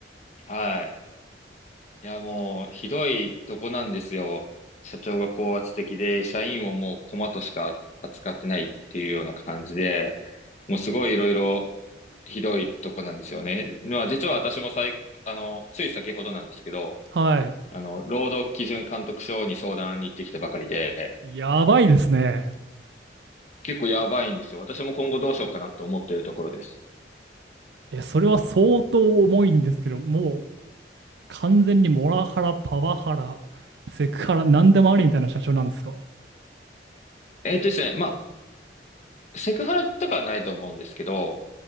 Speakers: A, on the left; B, on the right.
A: <laughs> はい。いや、もう、ひどいとこなんですよ。社長が高圧的で、社員をもうコマとしか扱ってないっていうような感じで、もうすごいいろいろひどいとこなんですよね。まあ、実は私もさい、あの、つい先ほどなんですけど、
B: はい。
A: あの、労働基準監督署に相談に行ってきたばかりで、
B: やばいですね。
A: 結構やばいんですよ。私も今後どうしようかなって思ってるところです。
B: え、それは相当重いんですけど、もう完全にモラハラ、パワハラ、セクハラ、何でもありみたいな社長なんですか
A: えっとですね、まあ、セクハラとかはないと思うんですけど、